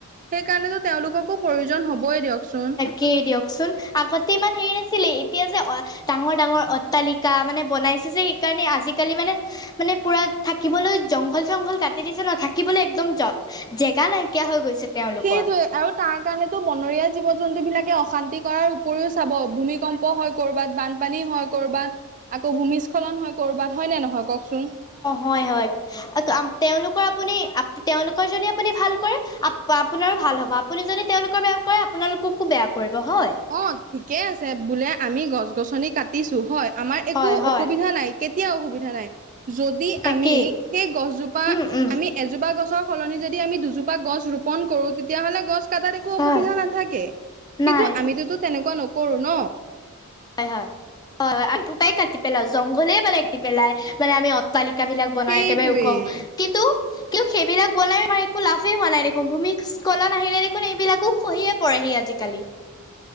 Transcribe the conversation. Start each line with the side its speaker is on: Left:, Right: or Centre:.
Right: সেই কাৰণেতো তেওঁলোককো প্ৰয়োজন হ'ব‌ই দিয়ক চোন।
Left: কেই দিয়ক চোন আগতে ইমান হেৰি নাছিলে এতিয়া যে অ ডাঙৰ-ডাঙৰ অট্টালিকা মানে বনাইছে যে সেইকাৰণে আজিকালি মানে মানে পুৰা থাকিবলৈ জংঘল-চংঘল কাটি দিছে ন থাকিবলৈ একদম জ জেগা নাইকিয়া হৈ গৈছে। তেওঁলোকৰ
Right: সেইটোৱেই আৰু তাৰ কাৰণেতো বনৰীয়া জীৱ-জন্তু বিলাকে অশান্তি কৰাৰ উপৰিও চাব ভূমিকম্প হয় কৰ'বাত, বানপানী হয় কৰ'বাত। আকৌ ভূমিস্খলন হয় কৰ'বাত হয় নে নহয় কওক চোন?
Left: হয়-হয়। <unintelligible> তেওঁলোকৰ আপুনি তেওঁলোকৰ যদি আপুনি ভাল কৰে আপোনাৰো ভাল হ'ব। আপুনি যদি তেওঁলোকৰ বেয়া কৰে আপোনালোককো বেয়া কৰিব হয়।
Right: অঁ! ঠিকে আছে বোলে আমি গছ-গছনি কাটিছো হয় আমাৰ একো
Left: হয় হয়
Right: অসুবিধা নাই। কেতিয়াও অসুবিধা নাই যদি
Left: তাকেই
Right: আমি সেই গছজোপা
Left: উম উম
Right: আমি এজোপা গছৰ সলনি যদি আমি দুজোপা গছ ৰোপণ কৰোঁ তেতিয়া হ'লে গছ কটাত একো
Left: হয়
Right: অসুবিধা নাথাকে। কিন্তু
Left: নাই
Right: আমিটোতো তেনেকুৱা নকৰো ন।
Left: হয়-হয়। হয়-হয় <unintelligible> গছ জোপাই কাটি পেলাও। জংঘলেই মানে কাটি পেলাই মানে আমি অট্টালিক <unintelligible> বিলাক বনাই
Right: সেইটোৱে
Left: একেবাৰে ওখ।
Right: <unintelligible>
Left: কিন্তু <unintelligible> সেইবিলাক বনাই আমাৰ একো লাভেই হোৱা নাই দেখোন ভূমিচকলন আহিলে দেখোন এইবিলাকো খহিয়ে পৰেহি আজিকালি।